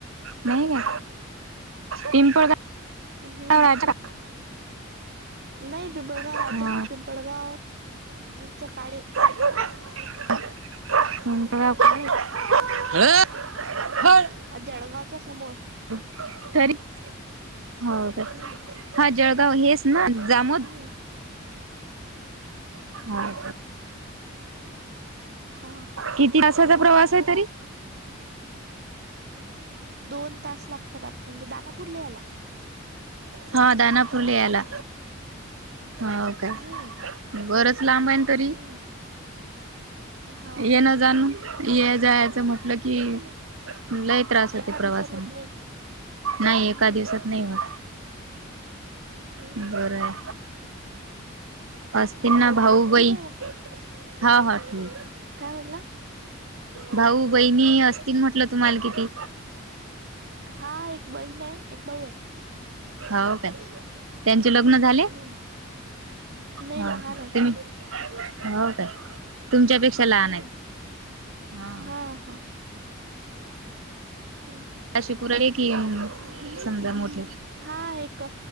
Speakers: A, on the right; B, on the right.
A: नाही
B: हम्म
A: का पिंपळ गावं पर द <inaudible> <unintelligible>
B: हम्म
A: अ राजा!
B: नाही पिंबळगाव
A: हा
B: राजा नाही पिंबळगाव इचं काळे.
A: का <unintelligible> <inaudible> <unintelligible> हय <unintelligible>
B: आ जळगावच्या समोर!
A: तरी हो का?
B: हम्म
A: हा जळगाव हेच ना जामु
B: हम्! <unintelligible>
A: <inaudible> <unintelligible> हा
B: हा
A: किती तासाचा प्रवास आहे तरी?
B: दोन तास लागतात आपण म्हणजे दानापूरला यायला?
A: हा दानापुरला यायला हो काय?
B: हम्म
A: बरंच लांब आहे ना तरी.
B: हम्म हाव
A: ये न जाण ये जायचं म्हटलं की, लाई? त्रास होते
B: एका
A: प्रवासान
B: दिवसात होत नाही की
A: नाही एका
B: हम्म
A: दिवसात नाही होत,
B: हम्म
A: बरं आहे. असतील ना
B: बरं
A: भाऊ बहिण?
B: ठीक आहे मग
A: हां हां ठीक
B: काय म्हणला?
A: भाऊ बहिणी असतील म्हटलं तुम्हाला किती?
B: हां एक बहीण आहे एक भाऊ आहे.
A: हाव काय! त्यांचे
B: हम्म
A: लग्न झाले?
B: हम्म नाही
A: हाव
B: लहान
A: काय!
B: आहेत
A: तेनी होव काय! तुमच्यापेक्षा लहान
B: हम्म
A: आहेत हां.
B: हा हा हम्म.
A: अशी कुरळी की समजा मोठ
B: हां एक,